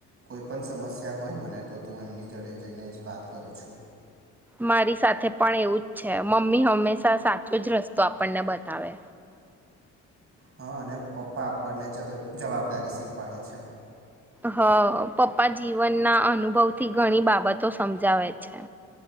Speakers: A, on the right; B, in the centre.
A: કોઈ પણ સમસ્યા હોય મને તો તું એમની જડે જઈને જ વાત કરું છું
B: મારી સાથે પણ એવું જ છે મમ્મી હંમેશા સાચો જ રસ્તો આપણને બતાવે
A: હા અને પપ્પા આપણને જવાબદારી શીખવાડે છે
B: હ પપ્પા જીવનના અનુભવથી ઘણી બાબતો સમજાવે છે